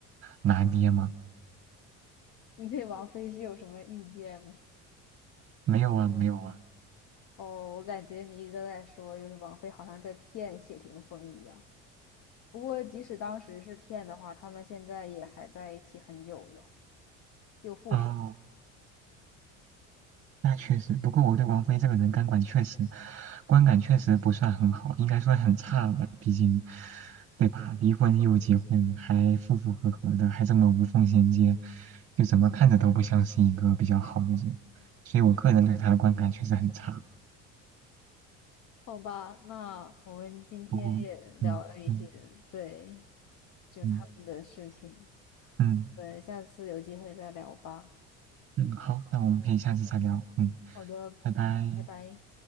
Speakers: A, on the right; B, on the left.
A: 拿捏嘛。
B: 你对王菲是有什么意见吗？
A: 没有啊，没有啊。
B: 哦，我感觉你一直都在说，就是王菲好像在骗谢霆锋一样。不过即使当时是骗的话，他们现在也还在一起很久了，又复合。
A: 哦，那确实，不过我对王菲这个人感管确实，观感确实不算很好，应该说很差了。毕竟，对吧？离婚又结婚，还夫妇和和的，还这么无缝衔接，就怎么看着都不像是一个比较好的人。所以我个人对她的观感确实很差。
B: 好吧，那我们今天也聊了一些，
A: 不过，嗯嗯
B: 对，就他们的事情。
A: 嗯嗯
B: 对，下次有机会再聊吧。
A: 嗯，好，那我们可以下次再聊。嗯，
B: 好的，
A: 拜拜。
B: 拜拜。